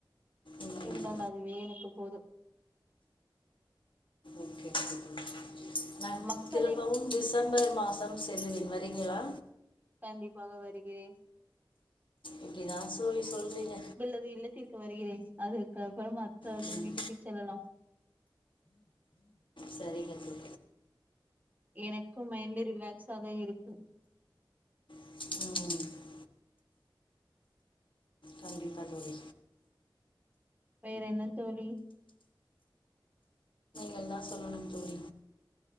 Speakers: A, on the left (about 80°); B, on the right (about 20°).
A: ம்,
B: இருந்தால் அதுவே எனக்கு போது
A: ஓகே ஓகே தோழி நான்
B: மக்களை
A: திரும்பவும் டிசம்பர் மாசம் செல்லுவேன் வரீங்களா
B: கண்டிப்பாக வருகிறேன்
A: இப்டிதா சோழி சொல்றீங்க
B: அது இல்லத்திற் கு வருகிறேன் அதுக்கப்பற மற்றவர்கள்
A: ம்
B: வீட்டுக்கு செல்லலாம்
A: சரிங்க தோழி
B: எனக்கு மைண்டு ரிலாக்ஸ் ஆக இருக்கு
A: ம் கண்டிப்பா தோழி
B: வேறென்ன தோழி
A: கள்தா சொல்லணும் தோழி